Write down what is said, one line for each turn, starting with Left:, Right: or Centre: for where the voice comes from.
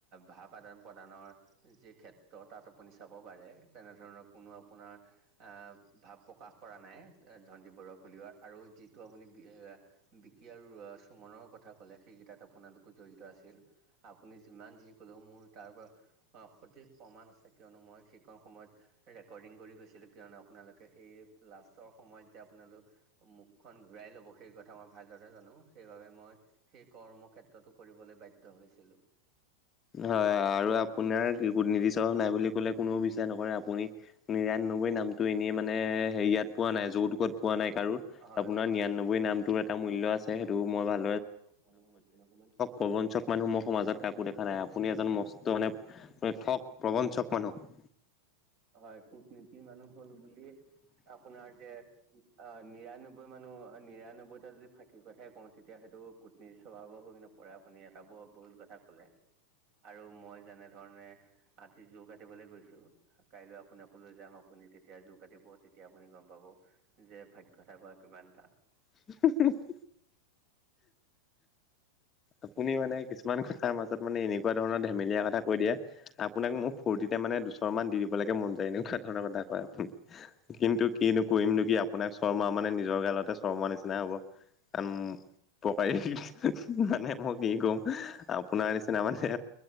Right: ভাব আদান-প্ৰদানৰ যি ক্ষেত্ৰ তাত আপুনি চাব পাৰে, তেনেধৰণৰ কোনো আপোনাৰ ভাৱ প্ৰকাশ কৰা নাই ধন্তী বৰুৱা উলিওৱাৰ আৰু যিটো আপুনি বিকি আৰু চুমনৰ কথা ক'লে সেইকেইটাত আপোনালোকো জড়িত আছিল। আপুনি যিমান যি ক'লেও মোৰ তাৰপৰা সঠিক প্ৰমাণ আছে কিয়নো মই সেইকণ সময়ত ৰেকৰ্ডিং কৰি গৈ কিয়নো আপোনালোকে সেই লাষ্টৰ সময়ত যে আপোনালোক মুখখন ঘূৰাই ল'ব, সেই কথা মই ভালদৰে জানোঁ। সেইবাবে মই সেই কৰ্মক্ষেত্ৰতো কৰিবলৈ বাধ্য হৈছিলোঁ।
Left: হয় আৰু আপোনাৰ কুটনীতি স্বভাৱ নাই বুলি ক'লে কোননেও বিশ্বাস নকৰে। আপুনি নিৰান্নব্বৈ নামটো এনেই মানে হেৰি ইয়াত পোৱা নাই, যৌতুকত পোৱা নাই কাৰো।
Right: হয়
Left: আপোনাৰ নিৰান্নব্বৈ নামটোৰ এটা মূল্য আছে সেইটো মই ভাল
Right: <unintelligible>
Left: প্ৰবঞ্চক মানুহ মোৰ সমাজত কাকো দেখা নাই, আপুনি এজন মস্ত মানে ঠগ প্ৰবঞ্চক মানুহ।
Right: হয় কূটনীতি মানুহ হ'ল বুলি আপোনাৰ যে অহ, নিৰান্নব্বৈ মানুহ অহ, নিৰানব্বৈটা যদি ফাঁকি কথাই কওঁ তেতিয়া সেইটো কুটনীৰ স্বভাৱৰ হৈ কিনে পৰে আপুনি এটা বৰ ভুল কথা ক'লে। আৰু মই যেনে ধৰণে আজি জোৰ কাটিবলৈ গৈছোঁ। কাইলৈ আপোন আকৌ লৈ যাম আপুনি তেতিয়া জোৰ কাটিব তেতিয়া আপুনি গম পাব। যে ভাগ্যটা কৰা কিমান টান।
Left: <unintelligible> আপুনি মানে কিছুমান কথাৰ মাজত মানে এনেকুৱা ধৰণৰ ধেমেলীয়া কথা কৈ দিয়ে, আপোনাক মোৰ ফৰ্তি এতিয়া মানে দুচৰমান দি দিব লাগে মন যায়, এনেকুৱা ধৰণৰ কথা কয় আপুনি। কিন্তু কিনো কৰিমনো কি। আপোনাক চৰমাৰা মানে নিজৰ গালতে চৰমাৰা নিচিনাই হ'ব। <unintelligible> পকাই মানে মই কি কম, আপোনাৰ নিচিনা মানে